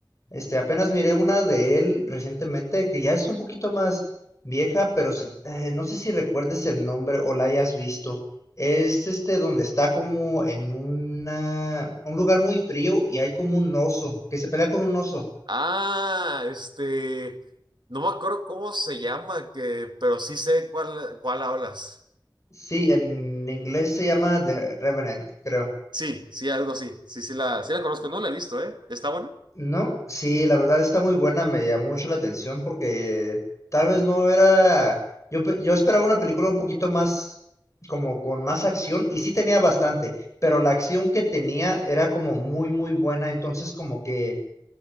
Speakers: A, on the left; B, on the right.
A: Este, apenas miré una de él recientemente que ya es un poquito más vieja, pero se- eh, no sé si recuerdes el nombre o la hayas visto. Es este donde está como en una, un lugar muy frío y hay como un oso que se pelea con un oso.
B: Ah, este, no me acuerdo cómo se llama, que, pero sí sé cuál, cuál hablas.
A: Sí, en inglés se llama The Revenant, creo.
B: Sí, sí, algo así. Sí, sí la, sí la conozco, no la he visto, ¿eh? ¿Está buena?
A: ¿No? Sí, la verdad está muy buena, me llamó mucho la atención porque tal vez no era, yo, pe- yo esperaba una película un poquito más, como con más acción, y sí tenía bastante, pero la acción que tenía era como muy, muy buena, entonces como que,